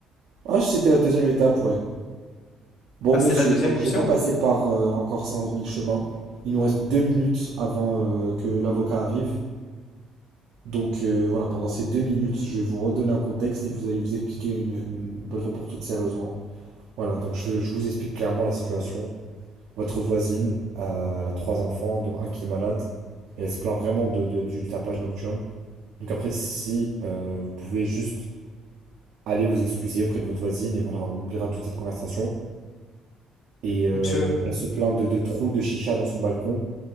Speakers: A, on the right (about 65°); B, on the left (about 55°).
A: Ah, c'était la deuxième étape, ouais. Bon,
B: Ah,
A: monsieur,
B: c'est la deuxième
A: oh, je
B: option?
A: vais pas passer par euh, encore 100 mille chemins. Il nous reste deux minutes avant euh, que l'avocat arrive. Donc euh, voilà, pendant ces deux minutes, je vais vous redonner un contexte et vous allez vous expliquer une, une bonne fois pour toutes sérieusement. Voilà, donc je, je vous explique clairement la situation. Votre voisine, euh, elle a trois enfants, dont un qui est malade, et elle se plaint vraiment de, de- du tapage nocturne. Donc après, si euh, vous pouvez juste aller vous excuser auprès de votre voisine, et voilà, on oubliera toute cette conversation. Et euh,
B: Monsieur,
A: elle se plaint de, de trous de chicha dans son balcon,